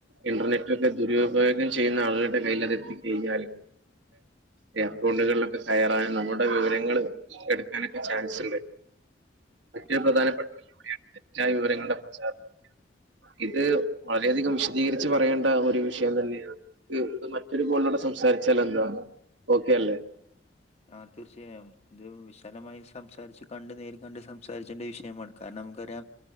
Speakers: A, on the right (about 80°); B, on the left (about 35°).
A: ഇന്റർനെറ്റ ഒക്കെ ദുരുപയോഗം ചെയ്യുന്ന ആളുകളുടെ കയ്യിൽ അത് എത്തിക്കുകയും കിട്ടിയാല് ഈ അക്കൗണ്ടുകളിലൊക്കെ കയാറാനൻ നമ്മുടെ വിവരങ്ങള് എടുക്കാനൊക്കെ ചാൻസ് ഉണ്ട് ഏറ്റും
B: തീർച്ചയായും
A: പ്രധാനപ്പെട്ട ഒരു ജോലിയാണ് തെറ്റായ വിവരങ്ങളുടെ പ്രചാരത്തി- ഇത് വളരെയധികം വിശദീകരിച്ച് പറയേണ്ട ഒരു വിഷയം തന്നെയാണ് ഇത് മറ്റൊരു കോളിലൂടെ സംസാരിച്ചാല എന്താണ് ഓക്കെ അല്ലേ
B: ആ തീർച്ചയായും ഇത് വിശാലമായ- സംസാരിച്ച് കണ്ട് നേരി കണ്ട് സംസാരിച്ചേന്റെ വിഷയമാണ് കാരണം നമുക്കറിയാം